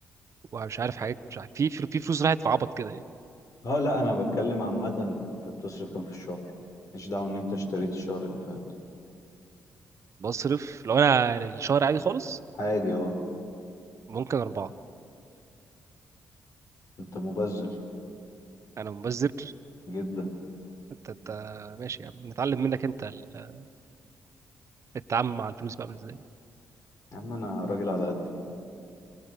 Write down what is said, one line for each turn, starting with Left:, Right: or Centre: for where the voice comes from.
Right: ومش عارف حاجات مش عارف في في فلوس راحت في عبط كده يعني
Left: اه لا انا بتكلم عامة انت بتصرف كام في الشهر مش دعوة ان انت اشتريت الشهر اللي فات
Right: بصرف لو انا الشهر عادي خالص
Left: عادي اه
Right: ممكن أربعة
Left: انت مبذر
Right: أنا مبذر
Left: جدا
Right: أنت أنت ماشي يا عم نتعلم منك أنت ال- التعامل مع الفلوس بقى عامل إزاي
Left: يا عم انا راجل على قدي